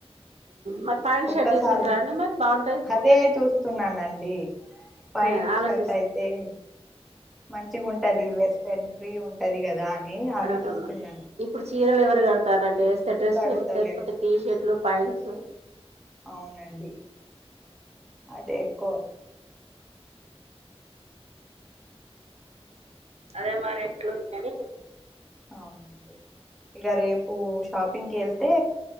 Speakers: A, on the right; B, in the centre.
A: మరి, పాయాంట్,
B: ఒక్కసారి
A: షర్ట్, తీసుకుంటార, అండి, మరి, బాగుంటాయి.
B: అదే, చూ, స్తున్నానండి. ప్యాంట్,
A: ఆ ఆలోచిస్
B: షర్ట్, అయితే, మంచిగా, ఉంటది. వెస్ట్, అండ్, ఫ్రీ, ఉంటది. కదా, అని, ఆలోచిస్తున్నాను.
A: అవును ఇప్పుడు, చీరలు, ఎవరు, కడతారంటే, వేస్తే, డ్రెస్సులు,
B: కడతలేరు
A: లేకపోతే, టీ షర్ట్లు, పాయింట్స్,
B: అవునండి. అదే, ఎక్కువ,
A: అదే, మరి, ఎట్లుందని,
B: అవునండి. ఇక రేపు, షాపింగ్కి, వెళ్తే,